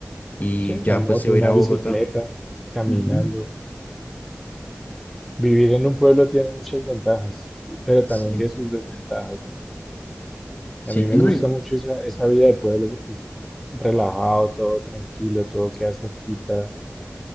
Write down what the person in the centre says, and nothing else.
Sí, la
moto,
una
bicicleta,
caminando.
Vivir en un pueblo tiene muchas ventajas, pero
también tiene sus desventajas, ¿no?
A mí me
gusta
mucho esa, esa vida de pueblo porque es relajado, todo tranquilo, todo queda cerquita,